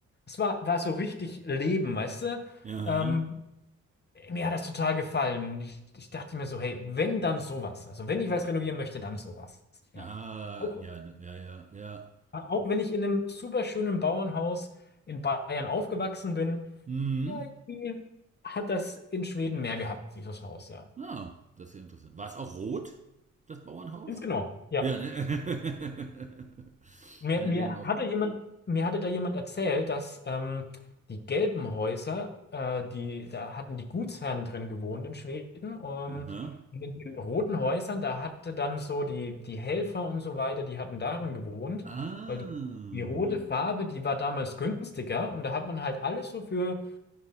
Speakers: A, on the left; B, on the right.
A: Es war, war so richtig Leben, weißt du?
B: Ja.
A: Ähm, mir hat das total gefallen. Ich, ich dachte mir so, hey, wenn dann sowas. Also wenn ich was renovieren möchte, dann sowas. Ja.
B: Ah,
A: Auch,
B: ja, ne, ja, ja, ja.
A: auch wenn ich in einem super schönen Bauernhaus in Bayern aufgewachsen bin,
B: Mhm.
A: ja, irgendwie hat das in Schweden mehr gehabt, dieses Haus, ja.
B: Ah, das ist ja interessant. War es auch rot, das Bauernhaus?
A: Ganz genau. Ja.
B: Ja, ne? <laughs>
A: Mir,
B: Ne,
A: mir
B: die haben auch.
A: hatte jemand, mir hatte da jemand erzählt, dass ähm, die gelben Häuser, äh, die, da hatten die Gutsherren drin gewohnt in Schweden. Ähm,
B: Aha.
A: und in den roten Häusern, da hatte dann so die, die Helfer und so weiter, die hatten darin gewohnt,
B: Ah.
A: weil die, die rote Farbe, die war damals günstiger und da hat man halt alles so für